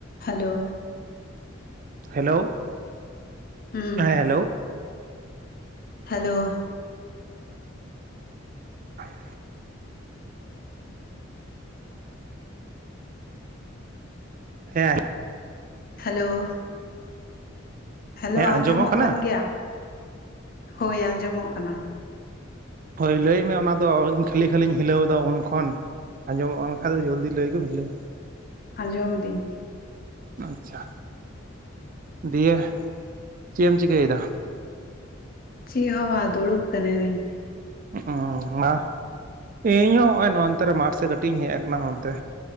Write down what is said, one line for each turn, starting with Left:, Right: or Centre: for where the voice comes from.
Left: Hello.
Right: Hello.
Left: ᱦᱩᱸ
Right: ᱦᱮᱸ hello.
Left: Hello.
Right: <inaudible> ᱦᱮᱸᱻ ᱾
Left: ᱦᱟᱞᱳᱻ ᱾ ᱦᱮᱞᱳ,
Right: ᱦᱮᱸ
Left: ᱟᱸᱡᱚᱢᱚᱜ
Right: ᱠᱟᱱᱟ
Left: ᱠᱟᱱ ᱜᱮᱭᱟ, ᱦᱳᱭ, ᱟᱸᱡᱚᱢᱚᱜ ᱠᱟᱱᱟ ᱾
Right: ᱦᱳᱭ, ᱞᱟᱹᱭᱢᱮ ᱚᱱᱟ ᱫᱚ, ᱤᱧ ᱠᱷᱟᱹᱞᱤ, ᱠᱷᱟᱹᱞᱤᱧ ᱦᱤᱞᱟᱹᱣ ᱮᱫᱟ, ᱩᱱ ᱠᱷᱚᱱ ᱟᱸᱡᱚᱢᱚᱜᱼᱟᱱᱠᱷᱟᱡ ᱫᱚ, ᱡᱚᱞᱫᱤ ᱞᱟᱹᱭ ᱠᱚᱢ ᱵᱷᱤᱞᱟᱹ ᱾
Left: ᱟᱸᱡᱚᱢ ᱮᱫᱤᱧ
Right: ᱟᱪᱪᱷᱟ! ᱫᱤᱭᱮ ᱪᱮᱜ ᱮᱢ, ᱪᱤᱠᱟᱹᱭᱮᱫᱟ?
Left: ᱪᱤᱜ ᱦᱚᱸ ᱵᱟᱝ, ᱫᱩᱲᱩᱵ ᱟᱠᱟᱹᱱᱟᱹᱧ ᱾
Right: ᱚᱸᱻᱦᱚ, <unintelligible> ᱤᱧᱦᱚᱸ ᱱᱚᱜᱼᱚᱭ, ᱱᱚᱱᱛᱮ ᱨᱮ, ᱢᱟᱴᱷ ᱥᱮᱫ ᱠᱟᱹᱴᱤᱡ ᱤᱧ, ᱦᱮᱡ ᱟᱠᱟᱱᱟ, ᱱᱚᱱᱛᱮ